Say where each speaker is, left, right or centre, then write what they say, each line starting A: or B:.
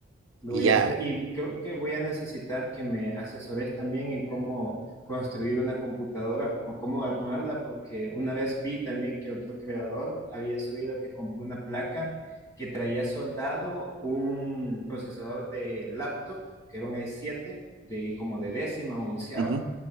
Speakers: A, on the left; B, on the right.
A: Lo
B: Y
A: voy
B: ya.
A: a hacer y creo que voy a necesitar que me asesores también en cómo construir una computadora o cómo armarla, porque una vez vi también que otro creador había subido que compró una placa que traía soldado un procesador de laptop, que era un i7, de como de décima o onceava,
B: Ujú.